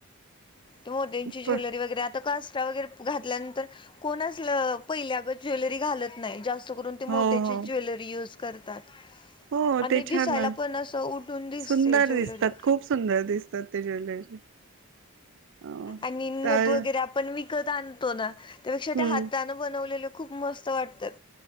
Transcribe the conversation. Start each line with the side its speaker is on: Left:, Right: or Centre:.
Left: ते मो त्यांची ज्वेलरी
Right: प
Left: वगैरे आता कास घल्यानंतर कोण पहिल्या ज्वेलरी घालत नाहीत जास्त. अस करून ते
Right: हो
Left: मोत्याची
Right: हो
Left: ज्वेलरी यूज करतात.
Right: हो
Left: आणि
Right: ते छान
Left: दिसायला
Right: न
Left: पण असं उठून दिसते
Right: सुंदर
Left: ज्वेलरी
Right: दिसतात. खूप सुंदर दिसत तात ते ज्वेलरी अ
Left: आणि्
Right: तर
Left: नथ वगैरे आपण विकत आणतो ना त्यापेक्षा
Right: हम्म
Left: त्या हाताान बनवलेल खूप मस्त वाटतात.